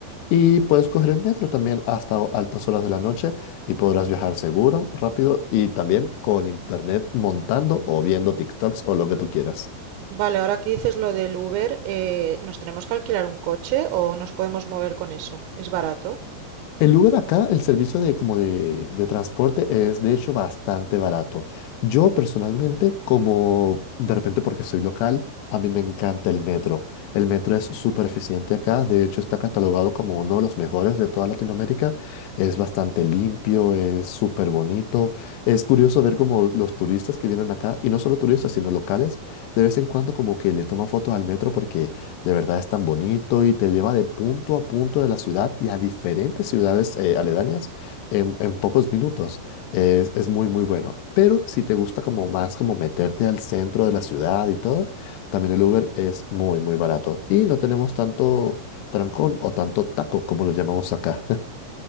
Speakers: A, on the left; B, on the right.
A: y puedes coger el metro también hasta o- altas horas de la noche y podrás
B: Mm,
A: viajar seguro, rápido y también con internet montando o viendo TikToks o lo que tú quieras.
B: Vale, ahora que dices lo del Uber, eh, ¿nos tenemos que alquilar un coche o nos podemos mover con eso? ¿Es barato?
A: El Uber acá, el servicio de, como de, de transporte es de hecho bastante barato. Yo personalmente, como de repente porque soy local, a mí me encanta el metro. El metro es súper eficiente acá, de hecho está catalogado como uno de los mejores de toda Latinoamérica. Es bastante limpio, es súper bonito. Es curioso ver como los turistas que vienen acá, y no solo turistas, sino locales, de vez en cuando como que le toman fotos al metro porque de verdad es tan bonito y te lleva de punto a punto de la ciudad y a diferentes ciudades eh, aledañas en, en pocos minutos. Es, es muy, muy bueno. Pero si te gusta como más como meterte al centro de la ciudad y todo, también el Uber es muy, muy barato. Y no tenemos tanto trancón o tanto taco como lo llamamos acá.